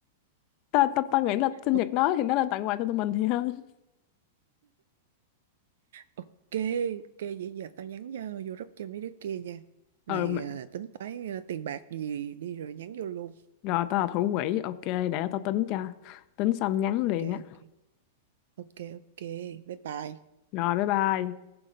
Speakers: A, on the left (about 45°); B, on the right (about 75°).
A: ta ta ta nghĩ là sinh
B: Ok,
A: nhật nó thì nó nên tặng quà cho tụi mình thì hơn
B: ok, vậy giờ tao nhắn cho vô group cho mấy đứa kia nha. Mày
A: ừ mà.
B: à, tính toán à, tiền bạc gì đi rồi nhắn vô luôn.
A: rồi tao là thủ quỹ ok để tao tính cho tính xong nhắn
B: Ok,
A: liền á
B: ok, ok, ok, bye bye.
A: rồi bye bye